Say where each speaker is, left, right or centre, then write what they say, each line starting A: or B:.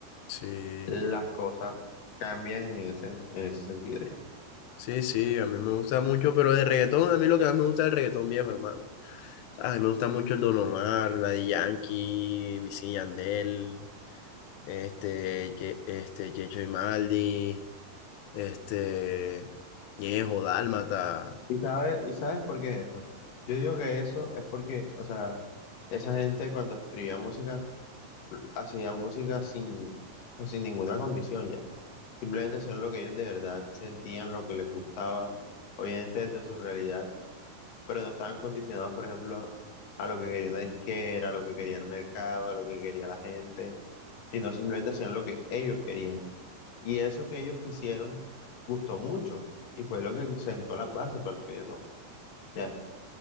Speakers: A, on the left; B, on the left.
A: sí.
B: las cosas cambian en ese, en ese sentido ya.
A: Sí, sí, a mí me gusta mucho, pero de reggaetón, a mí lo que más me gusta es el reggaetón viejo, hermano. A mí me gusta mucho el Don Omar, Daddy Yankee, Wisin y Yandel, este, Ye- este, Checho y Maldi, este, Ñejo, Dálmata.
B: ¿Y sabes, y sabes por qué es eso? Yo digo que eso es porque, o sea, esa gente cuando escribía música, hacía música sin, sin ninguna condición ya. Simplemente hacían lo que ellos de verdad sentían, lo que les gustaba, obviamente desde su realidad, pero no estaban condicionados, por ejemplo, a lo que quería una disquera, a lo que quería el mercado, a lo que quería la gente, sino simplemente hacían lo que ellos querían. Y eso que ellos quisieron gustó mucho y fue lo que sentó las bases para el reggaetón. Ya.